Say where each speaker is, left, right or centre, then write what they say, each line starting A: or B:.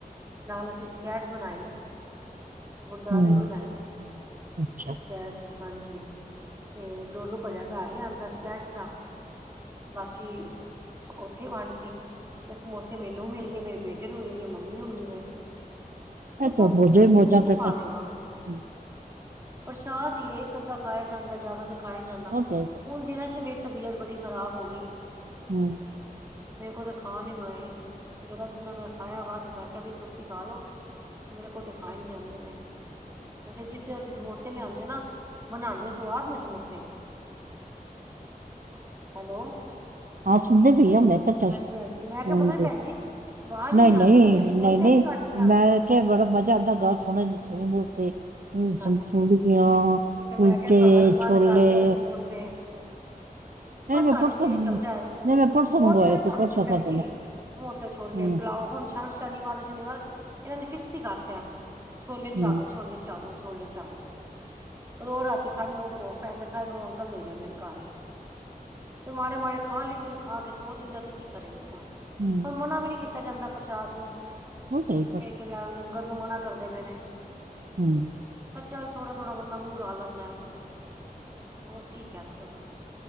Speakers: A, on the right (about 20°); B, on the right (about 65°).
A: ਨਾਲ ਅਸੀਂ ਸਕੇਸ਼ ਬਣਾਈ। ਗੁਰਦੁਆਰੇ
B: ਹੂੰ
A: ਬਣਾਈ।
B: ਅੱਛਾ
A: ਸਕੇਸ਼, ਹਾਂਜੀ। ਤੇ- ਡੋਲੂ ਭਰਿਆ ਘਰ ਲਿਆਦਾ ਸਕੈਸ਼ ਦਾ। ਬਾਕੀ- ਉਥੇ ਵੰਡ ਤੀ। ਤੇ ਸਮੋਸੇ ਮੈਨੂੰ ਮਿਲ ਗਏ। ਮੇਰੇ ਬੇਟੇ ਨੂੰ ਮਿਲ ਗਏ। ਮੰਮੀ ਨੂੰ ਮਿਲ ਗਏ। ਦੇਖੋ,
B: ਇਹ ਤਾਂ ਮੋਜੇ
A: ਬੰਦਾ ਕਿੰਨੇ
B: ਮੋਜਾ
A: ਕੁ
B: ਫਿਰ
A: ਖਾ
B: ਤਾਂ
A: ਲੇਗਾ।
B: ਹੂੰ,
A: ਪ੍ਰਸ਼ਾਦ ਹੀ ਏ। ਇਕ ਅੱਧਾ ਖਾਇਆ ਜਾਂਦਾ ਏ। ਜ਼ਿਆਦਾ ਤਾਂ ਖਾਇਆ ਨੀ ਜਾਂਦਾ
B: ਹੋ ਜਾਏਗਾ
A: ਉਣ ਦਿਨਾਂ- ਤਬੀਅਤ ਬੜੀ ਖਰਾਬ ਹੋ ਗਈ।
B: ਹਮ।
A: ਮੇ ਕੋ ਤੇ ਖਾਣ ਈ ਨੀ ਹੋਏ। ਜਰਾ ਜਿੰਨਾ ਮੈਂ ਖਾਇਆ। ਬਸ, ਮੈਂ ਕਿਹਾ ਬੀ ਤੁਸੀਂ ਖਾ ਲੋੋ। ਮੇਰੇ ਕੋਲ ਤੇ ਖਾਏ ਨੀ ਜਾਂਦੇ ਨੇ। ਵੈਸੇ ਜਿੱਥੇ ਓਦੀ ਸਮੋਸੇ ਲਿਆਂਂਦੇ ਨਾ ਬਨਾੰਦੇ ਸਵਾਦ ਨੇ, ਸਮੋਸ ਸੇ, ਹੈਲੋ,
B: ਹਾ ਸੁਣਦੀ ਪੀ ਆ <unintelligible> ਮੈ ਕੈ ਤਸ
A: ਹਾਂਜੀ ਹਾਂਜੀ ਮੈਂ ਕਿਹਾ
B: ਹਾਂਜੀ।
A: ਪਤਾ ਨੀ ਭੈਣ ਜੀ ਆਵਾਜ਼
B: ਨਹੀਂ
A: ਨੀ
B: ਨਹੀਂ
A: ਆਉਂਦੀ ਪਤਾ ਨੀ ਫੋਨ
B: ਨਹੀਂ
A: ਤੇ
B: ਨਹੀਂ,
A: ਨੀ ਕੱਟ ਗਿਆ
B: ਮੈਂ ਕਿਹਾ ਬੜਾ ਮਜ਼ਾ ਆਂਦਾ ਗੱਲ ਸੁਨਣ ਚ, ਸੇ ਕੋਈ
A: ਹਾਂਜੀ
B: ਸਮ ਫੂੜ ਗੀਆਂ,
A: ਕਿਤੇ ਮੈਂ
B: ਕੁਲਚੇ
A: ਕਿਹਾ ਤੁਹਾਡਾ ਵੀ
B: -ਛੋਲੇ।
A: ਮਨ ਕਰ ਗਿਆ ਸਮੋਸੇ
B: ਨਹੀਂ
A: ਬਸ
B: ਮੈਂ
A: ਸਾਡੇ
B: ਪਰਸੋਂ
A: ਤੇ ਏਹੀ
B: ਨਹੀਂ
A: ਚੱਲਦਾ, ਰੋਜ਼
B: ਮੈਂ ਪਰਸੋਂ ਮੰਗਵਾਏ
A: ਦਾ ਹੀ
B: ਸੀ
A: ਕੰਮ
B: ਪਰਸੋਂ
A: ਏ ਭੈਣ
B: ਖਾਦੇ
A: ਜੀ।
B: ਨੇ
A: ਸਮੋਸੇ-ਛੋਲੇ,
B: ਹੂੰ
A: ਪਲਾਓ ਹੁਣ ਹਰ ਸ਼ਨੀਵਾਰ ਦੇ ਸ਼ਨੀਵਾਰ ਇਨਾਂ ਨੇ ਫਿਕਸ ਹੀ ਕਰਤਾ ਛੋਲੇ-ਚਾਵਲ,
B: ਹੂੰ
A: ਛੋਲੇ-ਚਾਵਲ, ਛੋਲੇ-ਚਾਵਲ। ਰੋ ਰਾਤੀ ਸਾਡੇ ਨੋ ਭੋਗ ਪੈਂਦਾ। ਸਾਡੇ ਨੌ ਅੰਕਲ ਦੇ ਜਾਂਦੇ ਨੇ ਘਰ ਹੀ। ਤੇ ਮਾੜੇ- ਮਾੜੇ ਖਾ ਲੀ ਦਾ, ਖਾ ਕੇ ਸੋ ਜਾਈ ਦਾ। ਤੇ ਕੀ ਕਰੇ ਬੰਦਾ?
B: ਹੂੰ
A: ਹੁਣ ਮਨਾ ਵੀ ਨੀ ਕੀਤਾ ਜਾਂਦਾ ਪ੍ਰਸ਼ਾਦ ਨੂੰ।
B: ਉਹ ਚਾਹੀਏ ਪਰ
A: ਕਏਂਗੇ ਲੈ ਲੰਗ ਲੰਗਰ ਨੂੰ ਮਨਾ ਕਰਦੇ ਪਏ ਨੇ।
B: ਹੂੰ।
A: ਚੱਲ ਥੋੜਾ- ਥੋੜ੍ਹਾ ਬੰਦਾ ਮੂੰਹ ਲਾ ਲੈਂਦੈ। ਹੋਰ ਕੀ ਕੇ ਸਕਦੈ ਬੰਦਾ।